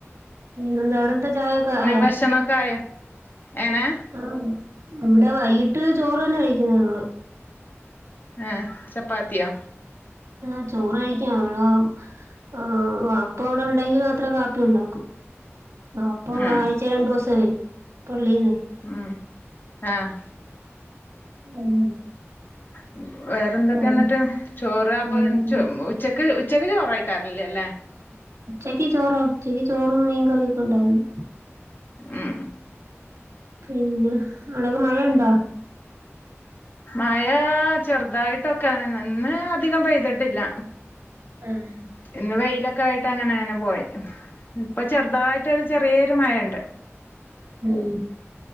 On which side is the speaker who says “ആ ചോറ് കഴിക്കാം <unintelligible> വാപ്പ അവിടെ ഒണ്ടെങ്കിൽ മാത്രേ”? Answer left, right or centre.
Right